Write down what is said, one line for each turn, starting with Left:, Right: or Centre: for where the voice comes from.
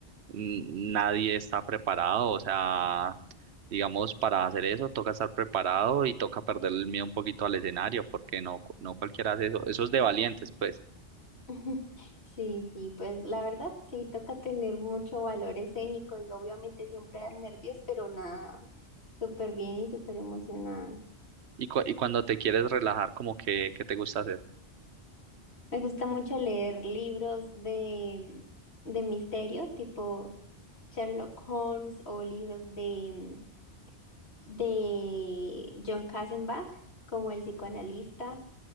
Right: mm, nadie está preparado, o sea, digamos para hacer eso toca estar preparado y toca perder el miedo un poquito al escenario, porque no, cu- no cualquiera hace eso, eso es de valientes, pues.
Left: <laughs> Sí, sí, pues la verdad sí toca tener mucho valor escénico y obviamente siempre dan nervios, pero nada, súper bien y súper emocionada.
Right: Y, cu- y cuando te quieres relajar, como que, ¿qué te gusta hacer?
Left: Me gusta mucho leer libros de, de misterio, tipo Sherlock Holmes o libros de, de John Kassenbach, como El psicoanalista,